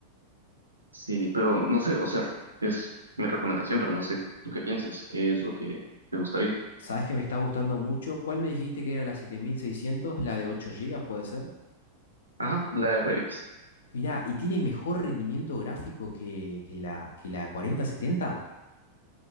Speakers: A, on the right (about 75°); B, on the left (about 65°).
A: Sí, pero no sé, o sea, es mi recomendación, pero no sé tú qué piensas, qué es lo que te gustaría.
B: ¿Sabes que me está gustando mucho? ¿Cuál me dijiste que era la siete mil seiscientos ¿La de 8 gigas puede ser?
A: Ajá, la RX.
B: Mirá, ¿y tiene mejor rendimiento gráfico que, que la, que la 4070?